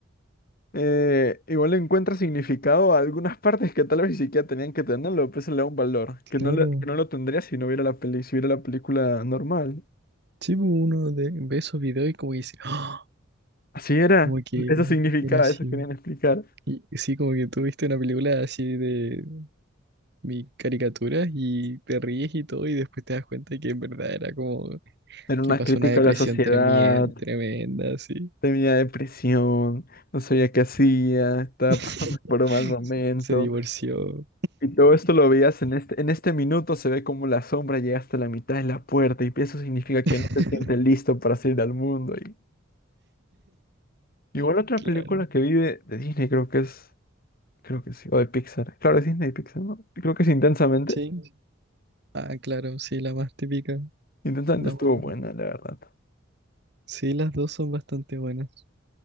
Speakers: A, on the left; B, on the right.
A: eh, igual le encuentra significado a algunas partes que tal vez ni siquiera tenían que tenerlo, pues se le da un valor, que
B: claro.
A: no, le- que no lo tendría si no viera la peli, si viera la película normal.
B: Sí, pues, uno de- ve esos videos y como que dice, "Ah",
A: Así era,
B: como que
A: eso significaba,
B: era así.
A: eso querían explicar.
B: Y sí, como que tú viste una película así de mi caricaturas y te ríes y todo, y después te das cuenta que en verdad era como
A: Era
B: que
A: una
B: pasó
A: crítica
B: una depresión
A: a la sociedad,
B: tremenda, tremenda, así.
A: tenía depresión, no sabía qué hacía, estaba
B: <laughs>
A: <laughs> pasando por un mal momento.
B: Se divorció.
A: Y todo esto lo veías en este, en este minuto, se ve como la sombra llega hasta la mitad de la puerta y eso significa
B: <laughs>
A: que no te sientes listo para salir al mundo. Y igual otra
B: Claro,
A: película que vi de, de Disney, creo que es, creo que sí, o de Pixar. Claro, es Disney y Pixar, ¿no? Creo que es Intensamente.
B: sí. Ah, claro, sí, la más típica.
A: Intensamente
B: La
A: estuvo
B: más...
A: buena, la verdad.
B: Sí, las dos son bastante buenas.